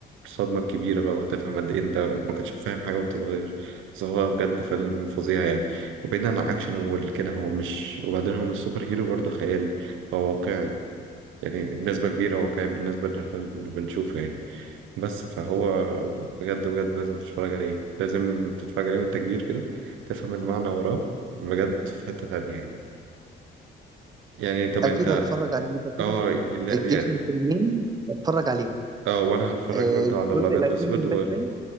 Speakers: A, on the right (about 85°); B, on the right (about 20°).
A: الصدمة الكبيرة بقى وهتفهم قد إيه أنت ما كنتش فاهم حاجة وأنت صغير بس هو بجد فيلم فظيع يعني وبعيدا عن أكشن وكده هو مش وبعدين هو مش سوبر هيرو برضه خيالي هو واقعي يعني بنسبة كبيرة واقعي بالنسبة للي اللي بنشوفه يعني بس فهو بجد بجد لازم تتفرج عليه لازم تتفرج عليه وانت كبير كده تفهم المعنى وراه بجد في حتة تانية يعني يعني طب
B: اكيد
A: انت
B: هتفرج عليه انت كده
A: اه لا
B: اديتني
A: يعني
B: فيلمين اتفرج عليهم
A: اه وانا هتفرج
B: آه،
A: برضه
B: الجزء
A: على الابيض
B: الاخير
A: واسود
B: من
A: وال...
B: باتمان